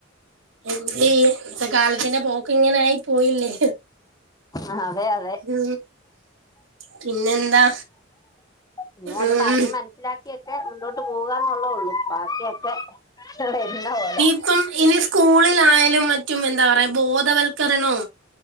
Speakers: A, on the right; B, on the left.
A: എന്തുചെയ്യും കാലത്തിന്റെ പോക്ക് ഇങ്ങനെ ആയി പോയില്ലേ
B: ആ അതെ അതെ
A: ഉ പിന്നെന്താ
B: പിന്നെ അത്
A: ഉം
B: പറഞ്ഞ് മനസ്സിലാക്കിയൊക്കെ മുന്നോട്ട് പോകുകന്നേയുള്ളൂ ബാക്കിയൊക്കെ ഇവിടെ വരുന്ന പോലെ
A: ഇപ്പം ഇനി സ്കൂളിലായാലും മറ്റും എന്താ പറയാ ബോധവൽക്കരണം